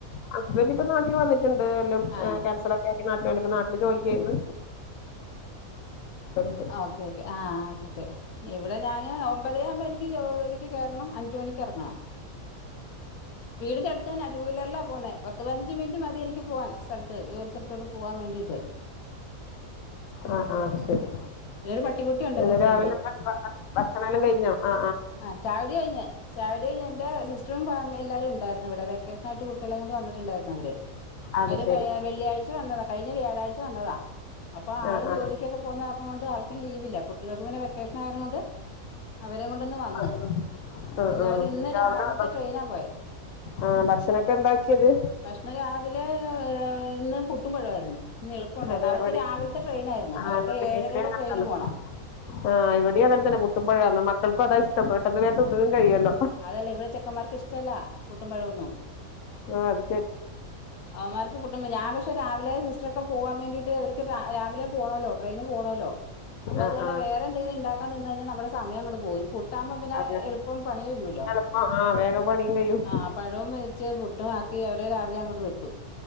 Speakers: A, on the left; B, on the left.
A: ഹസ്ബന്റ ഇപ്പ നാട്ടിൽ വന്നിട്ടുണ്ട് എല്ലാം
B: ആ
A: ക്യാൻസെൽ ഒക്കെ ആക്കി നാട്ടില് വന്നപ്പ നാട്ടില് ജോലി ചെയ്യുന്ന് <unintelligible>
B: ആ ഓക്കേ ഓക്കേ ആ ഓക്കെ ഇവിടെ ഞാന് മ്പതരയാകുമ്പോ എനിക്ക് ജോലിക്ക് കേറണം അഞ്ചുമണിക്ക് എറങ്ങണം വീടിന്റെ എട് ത് ട് ത്തന്നെ ടു വീലറില പോകുന്നേ പത്ത് പതിനഞ്ച് മിനിറ്റ് മതി എനിക്ക്‌ പോകാൻ സ്ഥൽത്ത് ജോലി സ്ഥലത്തോട്ട് പോവാൻ വേണ്ടീട്ട്
A: ആ ആ അത് ശരി
B: ഒരു പട്ടികുട്ടി ഉണ്ട് എന്റെ
A: ഇന്ന്
B: ഫ്രണ്ട്
A: രാവിലെ ഭ- ഭ- ഭക്ഷണം എല്ലാം കഴിഞ്ഞോ ആ
B: ആ ചായ കുടി കഴിഞ് ചായുടി കഴിഞ് എന്റെ സിസ്റ്ററും ഫാമിലി എല്ലാരും ഉണ്ടായിരുന്നു ഇവിടെ വെക്കേഷനായ്ട്ട് കുട്ട്യേളേം കൊണ്ട് വന്നിട്ട്ണ്ടായ്ര്ന്നു അവര്
A: അത്
B: അവര്
A: ശരി
B: കഴി വെള്ളിയാഴ്ച വന്നതാ കഴിഞ്ഞ വ്യാഴാഴ്ച വന്നതാ അപ്പൊ
A: ആ
B: ആളും
A: ആ
B: ജോലിക്ക്യക്കെ പോകുന്ന കാര്ണം കൊണ്ട് ആൾക്കും ലീവില്ല കുട്ടികൾക്ക് പിന്നെ വെക്കേഷനായ കാര്ണം കൊണ്ട് അവരെ കൊണ്ടൊന്ന് വന്ന്
A: ആ, ആ
B: പിന്നെ
A: ആ
B: അവർ
A: <unintelligible>
B: ഇന്ന് രാവിലത്തെ ട്രെയിനാ പോയത്
A: ആ ഭക്ഷണൊക്കെ എന്താക്കിയത്
B: ഇന്ന് രാവിലെ ഇന്ന് പുട്ടും പഴവും ആയിര്ന്ന് ന്ന് എളുപ്പംണ്ടായിരുന്നു
A: അതെ
B: അവർക്ക്
A: ഇവിടെ
B: രാവിൽത്തെ ട്രെയിന് ആയിരുന്നു
A: ആ
B: അവർക്ക്
A: ഇവിടെ
B: ഏഴരയുടെ
A: ഇവിടെ അങ്ങനെ
B: ട്രെയിന്
A: തന്നെ
B: പോണം
A: ആ ഇവടീം അങ്ങൻ തന്നെ പുട്ടും പഴ വും ആന്ന് മക്കൾക്കും അതാ ഇഷ്ടം പെട്ടെന്ന് വേഗം തിന്നുകയും കഴിയുമല്ലോ
B: അതല്ല ഇവ്ടെ ചെക്കന്മാർക്ക് ഇഷ്ടല്ല പുട്ടും പഴവൊന്നും !!
A: ആ അത് ശരി
B: അവമ്മാർക്ക് പുട്ടും ഞാൻ പക്ഷ രിലെ സിസ്റ്റർക്കൊക്കെ പോവാൻ വേണ്ടീട്ട് അവർക്ക് രാവിലെ പോണമല്ലോ ട്രെയിന് പോണമല്ലോ അപ്പൊ
A: ആ
B: അത്‌ കൊണ്ട്
A: ആ
B: വേറെ എന്തെങ്കിലും ഉണ്ടാക്കാ നിന്ന് കഴിഞ്ഞാൽ നമ്മളെ സമയം ങ്ങണ്ട് പോവും പുട്ടാവുമ്പോ പിന്നെ
A: അതെ
B: എളുപ്പം പണി കഴിയോലോ
A: എളുപ്പം ആ വേഗം പണിയും കഴിയും
B: ആ പഴവും വരിച്ച് പുട്ടും ആക്കി അവരെ രാവിലെ അങ്ങോട്ട് വിട്ടു